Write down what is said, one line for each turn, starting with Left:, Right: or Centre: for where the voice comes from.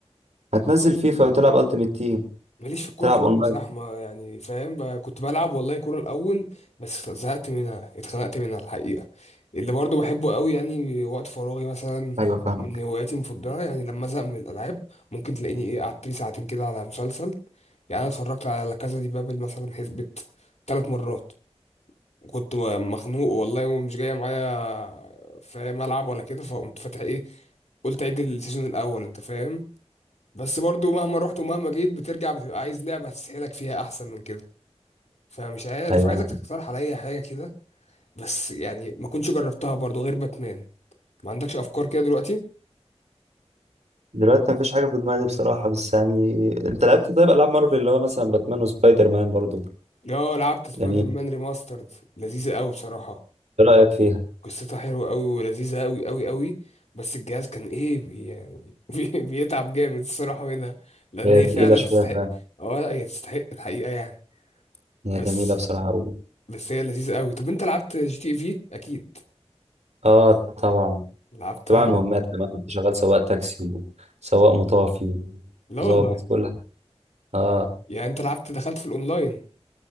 Right: ما تنزل فيفا وتلعب التيمت تيم
Left: ماليش في الكورة
Right: تلعب
Left: خالص
Right: اونلاين
Left: يا احمد يعني فاهم بقى كنت بلعب والله كورة الأول بس زهقت منها اتخنقت منها الحقيقة اللي برضو بحبه قوي يعني وقت فراغي مثلا
Right: ايوه فاهمك
Left: من هواياتي المفضلة يعني لما أزهق من الألعاب ممكن تلاقيني إيه قعدت لي ساعتين كده على مسلسل يعني أنا اتفرجت على كذا دي بابل مثلا حسبت ثلاث مرات كنت مخنوق والله ومش جاية معايا فاهم ألعب ولا كده فقمت فاتح إيه قلت عيد السيزون الأول أنت فاهم بس برضو مهما رحت ومهما جيت بترجع بتبقى عايز لعبة تسحلك فيها أحسن من كده فمش عارف
Right: ايوه
Left: عايزك
Right: انا فاهم.
Left: تقترح عليا حاجة كده بس يعني ما كنتش جربتها برضو غير باتمان ما عندكش أفكار كده دلوقتي؟
Right: دلوقتي مفيش حاجه في دماغي بصراحه بس يعني انت لعبت طيب العاب مارفل اللي هو مثلا باتمان وسبايدر مان برضو
Left: اه لعبت سبايدر
Right: جميل
Left: مان ريماسترد لذيذة قوي بصراحة
Right: ايه رايك فيها
Left: قصتها حلوة قوي ولذيذة قوي قوي قوي بس الجهاز كان ايه بي يعني <laughs> بي بيتعب جامد الصراحة منها لأن
Right: هي
Left: هي
Right: تقيله
Left: فعلا
Right: شويه
Left: تستحق
Right: فعلا
Left: اه لا هي تستحق الحقيقة يعني
Right: هي
Left: بس
Right: جميله بصراحه قوي
Left: بس هي لذيذة قوي طب انت لعبت جي تي في أكيد
Right: اه طبعا
Left: لعبتها
Right: كنت بعمل مهمات كمان كنت شغال سواق تاكسي وسواق مطافي
Left: لا والله
Right: وظابط كل حاجه اه
Left: يعني انت لعبت دخلت في الاونلاين